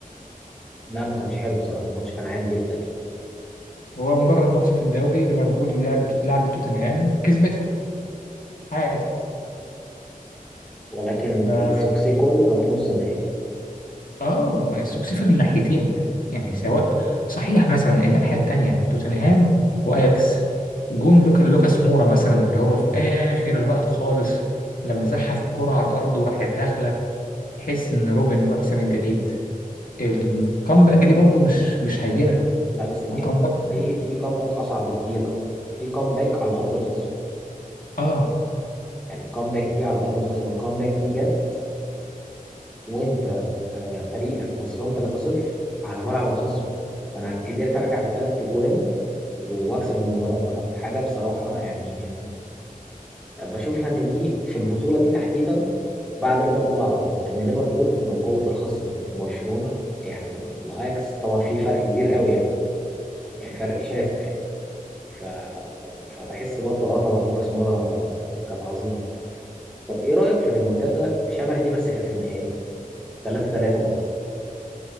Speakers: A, in the centre; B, on the left.
A: لا ما كانش حلو بصراحة الماتش كان عادي جدا يعني
B: هو مجرد ماتش في الدوري ليفربول لعبت لعبت توتنهام كسبتها عادي
A: ولكن
B: ف
A: السوكسي كله كان في نص النهائي
B: اه ما السكسيس من الناحيتين يعني سواء صحيح مثلا الناحية التانية توتنهام واياكس جون لوكا لوكاس مورا مثلا اللي هو في اخر الوقت خالص لما زحف الكرة على الارض وراحت داخلة تحس ان روبن بعث من جديد الكامباك دي برضو مش مش هينة
A: لا بس دي
B: الكامباك
A: دي دي كومباك اصعب بكتير بقى دي كومباك على ارض الخصم
B: اه
A: يعني الكومباك دي على ارض الخصم الكومباك دي جت وانت آه، فريقك خسران 3-0 على ملعب الخصم فانا قدرت ارجع بثلاث اجوان واكسب المباراه فكانت حاجه بصراحه يعني آه، بشوفها ان دي في البطوله دي تحديدا بعد ليفربول على طول لان ليفربول من قوه الخصم برشلونه يعني الاياكس طبعا في فرق كبير قوي يعني يعني فرق شاسع يعني. ف... فبحس برضو اه طبعا لوكاس مورا كانت عظيمه طب ايه رايك في الريمونتادا شبه دي بس كانت في النهائي 3 3 برضو